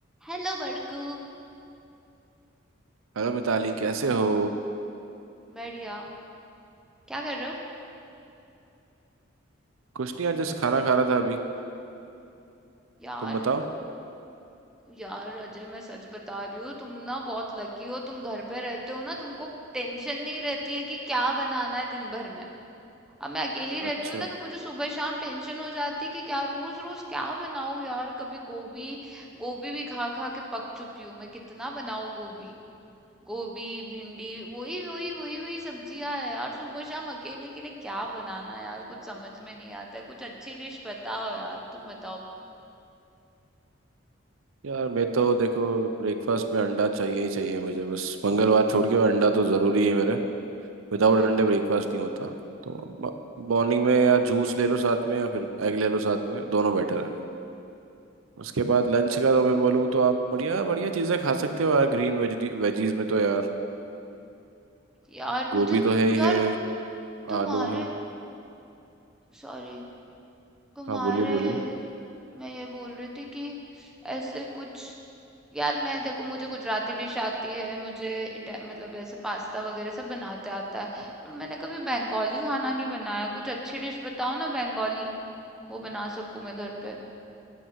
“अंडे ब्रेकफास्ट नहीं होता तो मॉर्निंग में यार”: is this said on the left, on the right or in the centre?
Right